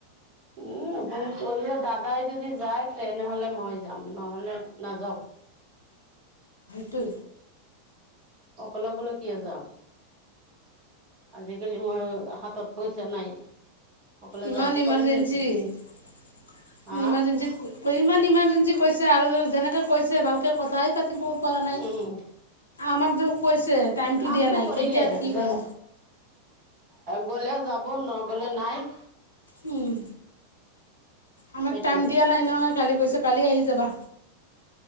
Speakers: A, on the right; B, on the left.
A: উম কলও দাদাই যদি যায় তেনেহলে মই যাম নহলে নাযাও।
B: টো
A: অকলে অকলে কিয় যাম। আজিকালি মই হাতত পইচা নাই। অকলে
B: ইমান
A: যাব
B: ইমাৰ্জেঞ্চি
A: পাৰিম নেকি হা
B: ইমাৰজেঞ্চি ক ইমান ইমাৰ্জেঞ্চি কৈছে। আৰু যেনেকে কৈছে ভাল- কথাই পাতিব পৰা নাই
A: উম
B: আমাক যে কৈছে টাইমতটো
A: কামটো
B: দিয়া নাই
A: কৰিলে
B: কেতিয়া কি-
A: যে
B: কৰিম
A: গলে যাব নগলে নাই-
B: উম আমাক
A: সেইটোই
B: টাইম দিয়া নাই নহয় কালি কৈছো কালি আহি যাবা।